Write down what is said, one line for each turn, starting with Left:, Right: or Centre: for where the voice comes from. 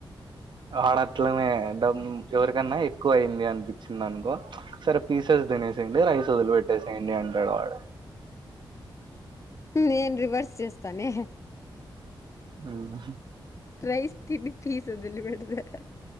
Right: ఆడట్లనే డబ్ ఎవరికన్నా ఎక్కువ అయింది అనిపించింది అనుకో ప్చ్ సరే పీసెస్ తినేసయండి రైస్ వదిలి పెట్టేసేయండి అంటాడు వాడు
Left: నేను రివర్స్ చేస్తనే
Right: అవునా
Left: రైస్ తిని పీస్ వదలి పెడతా